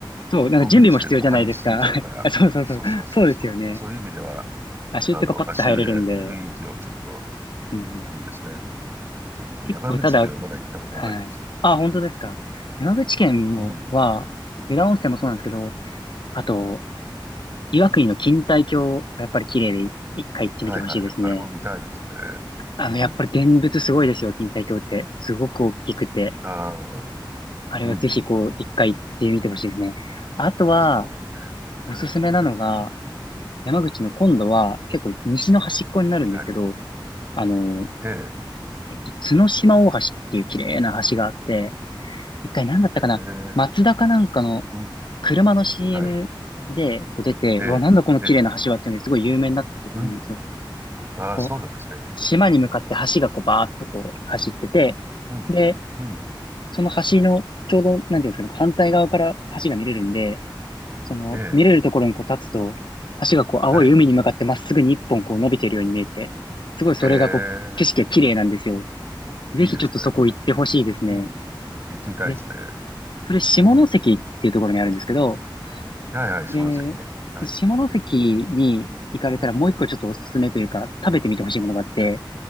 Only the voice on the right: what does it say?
のんびりしてると半日過ぎちゃうから。
そうそうそうそう。
そういう意味では、
あの、足湯で雰囲気をちょっと、
いいですね。そうか。
山口県はまだ行ったことないんですよ。
うん。
はいはいはい。あれも見たいですね。
うん。
そっかそっ
か。ああ、うん
うんうん。
そうだね。
えー、見たいですね。うん。
うん。はい。
ええ、
ええ、うん。
はい。
ええ、
ええ、うん。ああ、
そうなんですね。
うん。
うん。
ええ、
はい。
ええ、
いいですね。いいですね。うん。行ってみたいですね。
うん。はいはい、下関ね。
はい。
うん。
はい。